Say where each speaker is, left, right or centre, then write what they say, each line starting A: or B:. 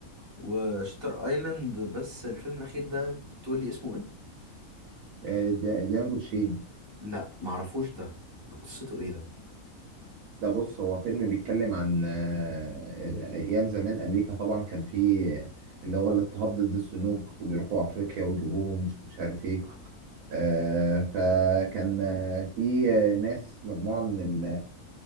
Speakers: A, on the right (about 20°); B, on the right (about 85°).
A: وشتر ايلاند بس الفيلم الأخير ده تقول لي اسمه ايه؟
B: آه دي- ديانجو تشين
A: لا معرفوش ده ده قصته ايه ده؟
B: ده بص هو فيلم بيتكلم عن آه آه، ايام زمان امريكا طبعا كان فيه اللي هو الاضطهاد ضد السنوك وبيروحوا افريقيا ويجيبوهم مش عارف ايه آه فكان آه، في آه، ناس مجموعة من